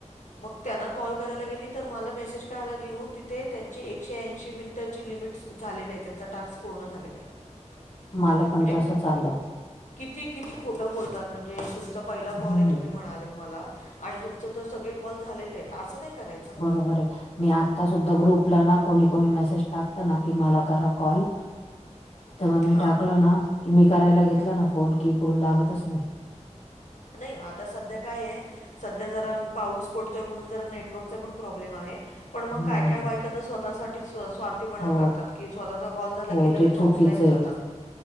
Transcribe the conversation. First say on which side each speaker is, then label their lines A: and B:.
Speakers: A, on the left (about 80°); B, on the left (about 55°).
A: मग त्यांना कॉल करायला गेली तर मला मेसेज काय आला लिहून तिथे त्यांची एकशे ऐंशी मिन- -टांची लिमिट्स झाले आहे त्यांचा टास्क पूर्ण झालेला आहे. हां
B: मला
A: म्हणजे
B: पण तसच आलं.
A: किती किती खोटं बोलतात म्हणजे तुमचा पहिला कॉल
B: हम्म
A: आहे तुम्ही म्हणालत मला आणि तुमचं तर सगळे कॉल झालेले आहेत असं नाही करायचं ना
B: बरं मी आता सुद्धा ग्रुपला ना कोणी कोणी मेसेज टाकत ना की मला करा कॉल तर मग मी
A: हां
B: टाकल ना की मी करायला घेतलं ना फोन कि इकडून लागतच नाही.
A: नाही आता सध्या काय आहे सध्या जरा पाऊस पडतोय म्हणून जरा नेटवर्कचा पण प्रॉब्लेम आहे. पण मग
B: हम्म.
A: काय काय बायका तर स्वतःसाठी स्वा- -र्थीपणा
B: हो,
A: करतात की स्वतःचा कॉल झाला
B: हो
A: की लगेच
B: ते चुकीचं
A: ऑफलाईन
B: आहे.
A: जातात.